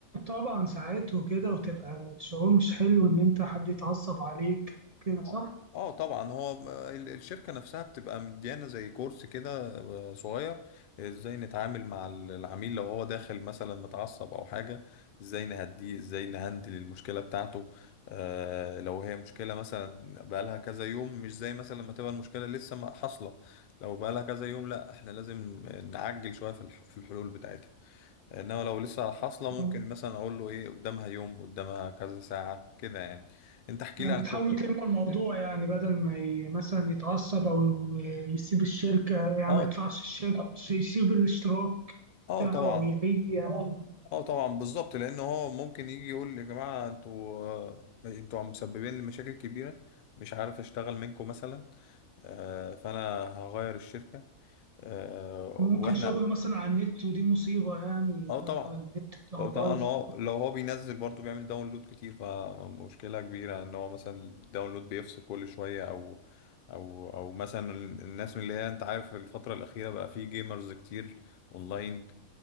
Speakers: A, on the right; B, on the left.
A: طبعًا ساعات وكده، وتبقى شعور مش حلو إن أنت حد يتعصب عليك كده صح؟
B: اه آه، طبعا هو ال- الشركه نفسها بتبقى مديانه زي كورس كده آه، صغير ازاي نتعامل مع ال- العميل لو هو داخل مثلا متعصب او حاجه ازاي نهديه ازاي نهندل المشكله بتاعته آه لو هي مشكله مثلا بقالها كذا يوم مش زي مثلا لما تبقى المشكله لسه ما- حاصله لو بقالها كذا يوم لا احنا لازم نعجل شويه في الح- في الحلول بتاعتها انما لو لسه حاصله ممكن
A: آه،
B: مثلا اقول له ايه قدامها يوم قدامها كذا ساعه كده يعني انت احكي
A: بتحاولوا
B: لي عن شغلك
A: تلمّوا الموضوع يعني بدل ما ي مثلًا يتعصب أو يسيب الشركة يعني
B: اه
A: ما يدفعش الشركة مش يسيب الاشتراك
B: اه
A: بتاعه
B: طبعا
A: أو يلغيه يعني،
B: اه طبعا بالظبط لان هو ممكن يجي يقول لي يا جماعه انتوا آه، انتوا عم مسببين لي مشاكل كبيره مش عارف اشتغل منكم مثلا آه، فانا هغير الشركه آه،
A: ممكن
B: واحنا
A: شغله مثلًا على النت ودي مصيبة يعني يبقى
B: اه طبعا
A: النت بتاعه
B: لو طبعا
A: بايظ.
B: هو لو هو بينزل برضه بيعمل داونلود كتير فمشكلة كبيرة ان هو مثلا الداونلود بيفصل كل شوية او او او مثلا الناس من اللي هي انت عارف الفترة الأخيرة بقى في جيمرز كتير اونلاين